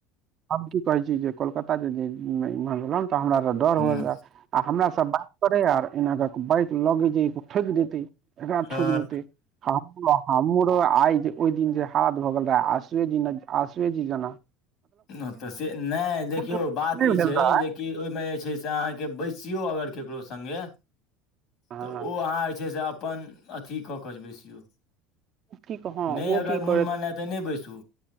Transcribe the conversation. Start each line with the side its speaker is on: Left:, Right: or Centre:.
Right: हम की कहैत छी जे कोलकताता जेहुँ तऽ हमरास डर
Left: हूँ
Right: हो रहए आ हमरास बात अरे यार एना क बाइक लग जे ठोकि देते एकरा
Left: हँ
Right: ठोकि देतै हमरो आइ जे ओहि दिन जे हथ भगल रहै आसुए जी जेना आसुए जी जना
Left: ओ तऽ से नहि देखियौ
Right: नहि
Left: बात ई छै
Right: भेल रहे
Left: जेकि ओहिमे जे छै से अहाँके बैस कियो अगर केकरो संगे
Right: हँ
Left: तऽ ओ अहाँ जे छै से अपन अथी कऽ कऽ जे बैसियौ
Right: की कह हँ
Left: नहि अगर
Right: ओ की
Left: मुन
Right: करैत
Left: मानय तऽ नहि बैसु